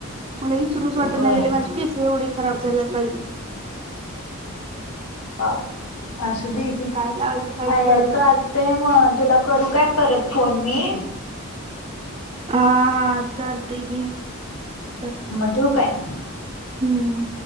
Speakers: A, on the right; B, on the left.
A: मला विसरून वाटत
B: होय
A: नाही गेली माझी केस हो एवढी खराब झाल्यात बाई.
B: हा असू दे की,
A: काय लावायचं काहीच
B: आय
A: कळना.
B: <unintelligible> ते बघ तिला करू काय परत फोन मी?
A: आ हा चालतंय की कर
B: मग ठेऊ काय
A: हम्म